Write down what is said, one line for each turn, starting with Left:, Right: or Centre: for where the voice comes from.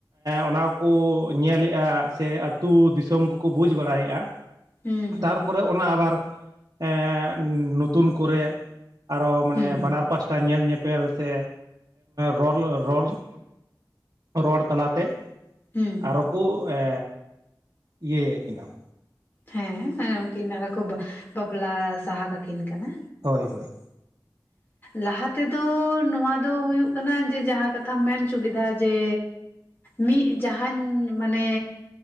Right: ᱚᱱᱟ ᱠᱚ ᱠᱳ ᱧᱮᱞᱮᱫᱼᱟ ᱥᱮ ᱟᱹᱛᱩ ᱫᱤᱥᱚᱢ ᱠᱚ ᱠᱳ ᱵᱩᱡᱽ ᱵᱟᱲᱟᱭᱮᱫᱼᱟ᱾
Left: ᱦᱩᱸ ᱦᱩᱸ
Right: ᱛᱟᱨ ᱯᱚᱨᱮ ᱚᱱᱟ ᱟᱵᱟᱨ ᱮᱸ ᱱᱚᱛᱩᱱ ᱠᱚᱨᱮ, ᱟᱨᱚ ᱢᱟᱱᱮ
Left: ᱦᱩᱸ
Right: ᱵᱟᱱᱟᱨ ᱯᱟᱥᱴᱟ ᱧᱮᱞ ᱧᱮᱯᱮᱞ ᱥᱮ ᱨᱚᱲ ᱨᱚᱲ, ᱨᱚᱲ ᱛᱟᱞᱟ ᱛᱮ᱾
Left: ᱦᱩᱸ,
Right: ᱟᱨᱚ ᱠᱳ ᱮ ᱤᱭᱟᱹᱭᱮᱫ ᱠᱤᱱᱟᱹ ᱾
Left: ᱦᱮᱸ ᱩᱱᱠᱤᱱ ᱟᱫᱚ ᱠᱚ ᱵᱟ ᱵᱟᱯᱞᱟ ᱥᱟᱦᱟ ᱠᱟᱠᱤᱱ ᱠᱟᱱᱟ᱾
Right: ᱦᱳᱭ ᱦᱳᱭ᱾
Left: ᱞᱟᱦᱟ ᱛᱮᱫᱚ ᱱᱚᱣᱟ ᱫᱚ ᱦᱩᱭᱩᱜ ᱠᱟᱱᱟ ᱡᱮ ᱡᱟᱦᱟᱸ ᱠᱟᱛᱷᱟᱢ ᱢᱮᱱ ᱦᱚᱪᱚ ᱠᱮᱫᱟ? ᱡᱮ, ᱢᱤᱫ ᱡᱟᱦᱟᱧ ᱢᱟᱱᱮ